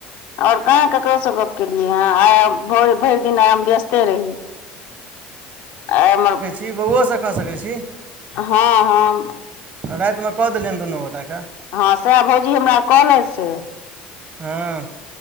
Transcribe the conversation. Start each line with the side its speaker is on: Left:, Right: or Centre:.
Left: और कहाँ केकरो से गप केलियए हं आ भो भरि दिन आए हम व्यस्त ते रही, आय हमर।
Right: इ बौओसँ कऽ सकै छी।
Left: हँ-हँ
Right: राति म कऽ देलियनि दुनू गोटा क
Left: हँ सैह भौजी हमरा कहलैथ से
Right: हँ